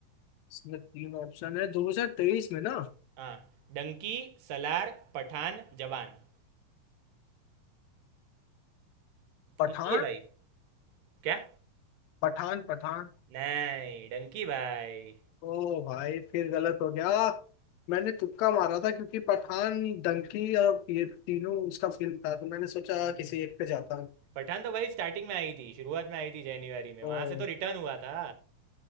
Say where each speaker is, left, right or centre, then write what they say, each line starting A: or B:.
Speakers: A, on the left; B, on the right.
A: इसमें तीन ऑप्शन है 2023 में ना
B: हाँ डंकी सलार पठान जवान
A: पठान
B: इजी है भाई क्या
A: पठान पठान
B: नहीं डंकी भाई
A: ओ भाई फिर गलत हो गया मैंने तुक्का मारा था क्योंकि पठान डंकी और ये तीनों उसका फिल्म था तो मैंने सोचा
B: हम्म।
A: किसी एक पे जाता हूँ
B: पठान तो भाई स्टार्टिंग में आई थी शुरुआत में आई थी जनवरी में
A: ओ,
B: वहां से तो रिटर्न हुआ था